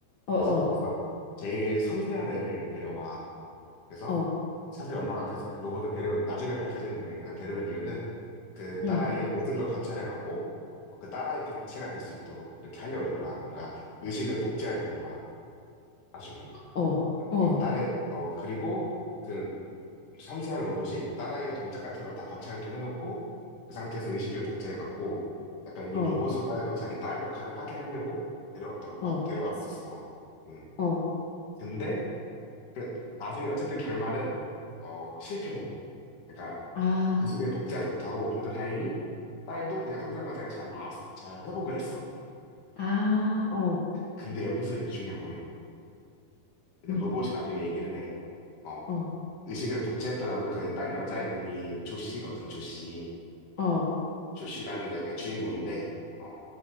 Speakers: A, on the left (about 50°); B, on the left (about 80°).
A: 어, 어,
B: 그래서 거기서 제일 섬세한 애를 데려와. 그래서
A: 어,
B: 사실 엄마가 그 로봇을 데려온 나중에 밝혀지는 내용이나 데려온 이유는 그
A: 응,
B: 딸아이의 모든 걸 관찰해갖고 어, 그 딸아이 그 자체가 될 수 있도록 이렇게 하려는 거야. 그러니까 의식을 복제하려는 거야. 나중에
A: 어,
B: 어,
A: 어,
B: 어, 딸의 어 그리고 그 섬세한 로봇이 딸아이의 동작 같은 걸 다 관찰도 해놓고 그 상태에서 의식을 복제해갖고 약간 이
A: 어,
B: 로봇으로 하여금 자기 딸 역할을 하게 하려고 데려왔던 거- 와-
A: 어,
B: 데려왔었어. 음
A: 어,
B: 근데 그 나중에 어쨌든 결말은 어, 실패해. 그러니까
A: 아,
B: 의식을 복제하지 못하고 근데 다행히 딸도 그냥 성장 과정에 잘나잘 회복을 했어.
A: 아, 어,
B: 근데 여기서 이제 중요한 부분이 나와. 근데
A: 문,
B: 로봇이 나중에 얘기를 해. 어,
A: 어,
B: 의식을 복제했더라도 그 딸 여자 이름이 조씨거든, 조씨.
A: 어,
B: 조씨라는 여기가 주인공인데, 어,